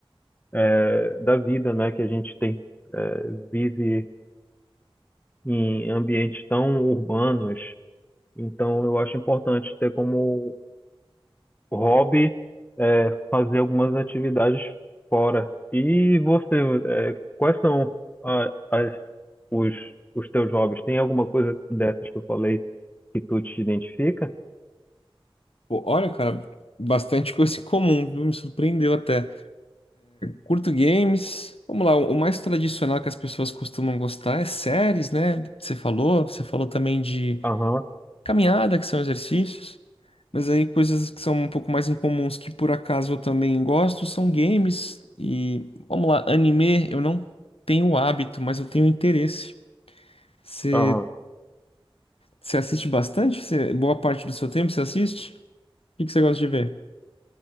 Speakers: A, on the left; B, on the left.
A: é, da vida, né? Que a gente tem é, vive em ambientes tão urbanos. Então, eu acho importante ter como hobby é, fazer algumas atividades fora. E você, é, quais são a- as- os, os teus hobbies? Tem alguma coisa dessas que eu falei que tu te identifica?
B: Pô, olha, cara, bastante <laughs> coisa em comum, viu? Me surpreendeu até. Curto games. Vamos lá, o o mais tradicional que as pessoas costumam gostar é séries, né? Você falou, você falou também de
A: Aham,
B: caminhada, que são exercícios. Mas aí coisas que são um pouco mais incomuns que por acaso eu também gosto são games e vamos lá, anime eu não tenho hábito, mas eu tenho interesse. Você
A: aham.
B: você assiste bastante? Você, boa parte do seu tempo você assiste? O que que você gosta de ver?